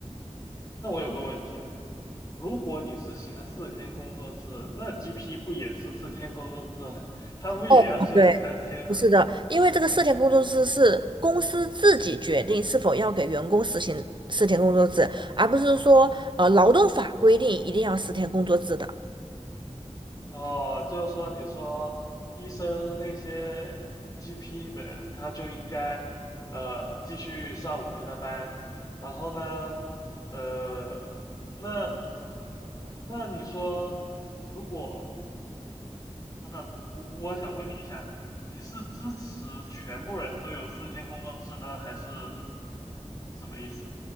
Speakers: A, on the left (about 30°); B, on the right (about 40°).
A: 那我有个问题啊。如果你实行了四天工作制，那 GP 不也是四天工作制吗 <laughs> 他不也要休息三天啊？
B: 哦，对，不是的，因为这个四天工作制是公司自己决定是否要给员工实行四天工作制，而不是说呃劳动法规定一定要四天工作制的。
A: 哦，就是说，你说医生那些 GP 们，他就应该呃继续上五天的班，然后呢，呃，那那你说，如果，等等，我我想问你一下，你是支持全部人都有四天工作制呢，还是什么意思？